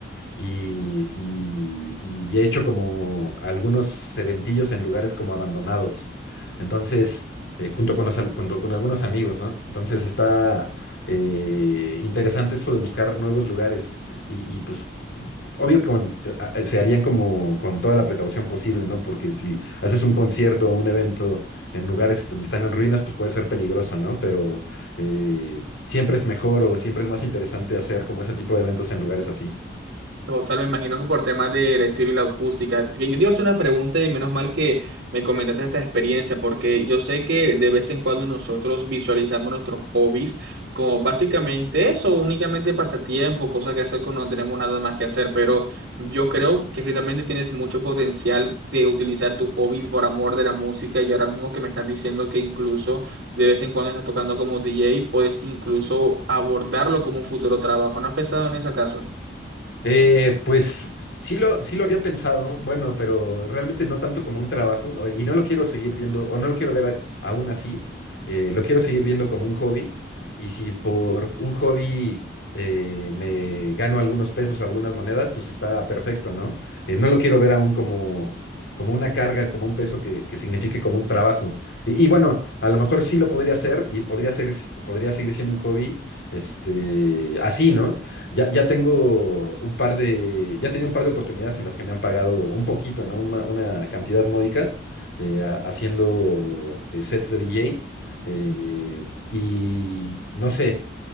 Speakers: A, on the left; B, on the right.
A: y, y- y he hecho como algunos eventillos en lugares como abandonados. Entonces, eh, junto con los al- junto con algunos amigos, ¿no? Entonces está eh, interesante eso de buscar nuevos lugares y, y, pues obvio que con- te- a- a- se harían como con toda la precaución posible, ¿no? Porque si haces un concierto o un evento en lugares donde están en ruinas, pues puede ser peligroso, ¿no? Pero eh, siempre es mejor o siempre es más interesante hacer como ese tipo de eventos en lugares así.
B: Total, me imagino que por temas del estilo y la acústica. Que yo te iba a hacer una pregunta y menos mal que me comentaste esta experiencia, porque yo sé que de vez en cuando nosotros visualizamos nuestros hobbies como básicamente eso, únicamente pasatiempo, cosas que hacer cuando no tenemos nada más que hacer, pero yo creo que realmente tienes mucho potencial de utilizar tu hobby por amor de la música y ahora mismo que me estás diciendo que incluso de vez en cuando estás tocando como DJ, puedes incluso abordarlo como un futuro trabajo. ¿No has pensado en ese caso?
A: Eh, pues sí lo, sí lo había pensado, bueno, pero realmente no tanto como un trabajo o- y no lo quiero seguir viendo o no lo quiero ver a- aún así, eh, lo quiero seguir viendo como un hobby y si por un hobby eh, me gano algunos pesos o algunas monedas, pues está perfecto, ¿no? Eh, no lo quiero ver aún como, como una carga, como un peso que, que signifique como un trabajo. Y, y bueno, a lo mejor sí lo podría hacer y podría ser, podría seguir siendo un hobby, este, así, ¿no? Ya, ya tengo un par de, ya tenía un par de oportunidades en las que me han pagado un poquito, ¿no? Una, una cantidad módica eh, ha- haciendo eh, sets de DJ. eh, y no sé,